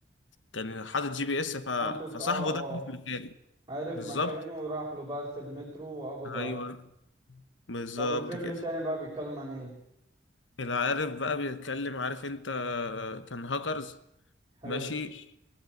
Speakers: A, on the left; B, on the right.
A: كان حاطط جي بي اس ف-
B: حاطط
A: فصاحبه
B: اه اه
A: ده كان في مكانه
B: عارف
A: بالظبط
B: مكانه وراح له بقى في المترو وقبضوا
A: ايوه
B: عليه
A: بالظبط
B: طب الفيلم
A: كده
B: التاني بقى بيتكلم عن ايه
A: العارف بقى بيتكلم عارف انت اه، كان هاكرز
B: حلو
A: ماشي